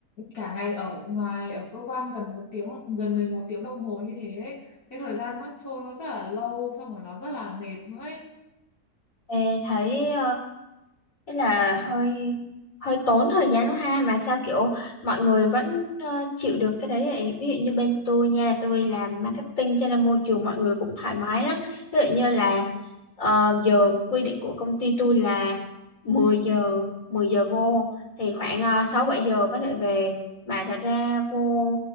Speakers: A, on the left; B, on the left.
A: cả ngày ở ngoài ở cơ quan gần một tiếng gần 11 tiếng đồng hồ như thế ấy. cái thời gian nó trôi nó rất là lâu xong rồi nó rất là mệt nữa ấy.
B: Ê, thấy Thế là hơi hơi tốn thời gian đó ha mà sao kiểu mọi người vẫn ờ, chịu được cái đấy vậy? Ví dụ như bên tôi nha, tôi làm marketing cho nên môi trường mọi người cũng thoải mái lắm. Ví dụ như là ờ, giờ quy định của công ty tôi là 10 giờ, 10 giờ vô thì khoảng uh, 6 7 giờ có thể về mà thật ra vô